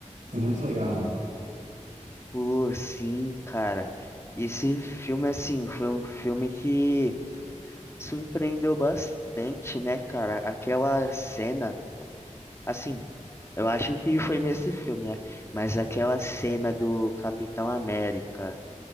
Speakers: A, on the right; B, on the left.
A: foi muito legal, né?
B: Pô, sim, cara. Esse filme assim foi um filme que surpreendeu bastante, né, cara? Aquela cena, assim, eu acho que foi nesse filme, né? Mas aquela cena do Capitão América